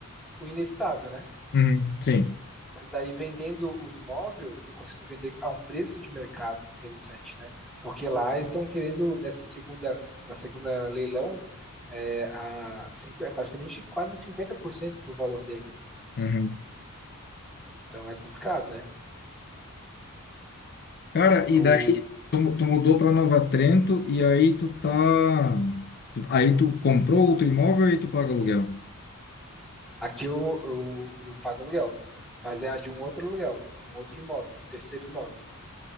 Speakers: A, in the centre; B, on the left.
A: o inevitável, né.
B: uhum, sim.
A: Mas aí vendendo o imóvel, eu consigo vender a um preço de mercado interessante, né? Porque lá eles estão querendo, nessa segunda, na segunda leilão, é, a, cinqu- é praticamente quase 50% do valor dele.
B: Uhum.
A: Então é complicado, né?
B: Cara,
A: Eu,
B: e daí tu, mu- tu mudou para Nova Trento e aí tu tá... tu- aí tu comprou outro imóvel e tu paga aluguel.
A: aqui eu, eu, eu pago aluguel, mas é de um outro aluguel, de um outro imóvel, de um terceiro imóvel.